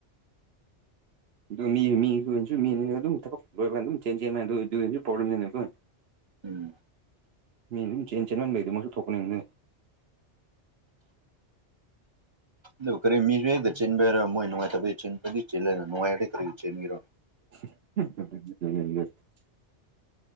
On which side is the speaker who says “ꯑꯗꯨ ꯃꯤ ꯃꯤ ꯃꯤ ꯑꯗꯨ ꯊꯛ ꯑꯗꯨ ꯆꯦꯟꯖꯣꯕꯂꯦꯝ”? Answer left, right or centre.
Right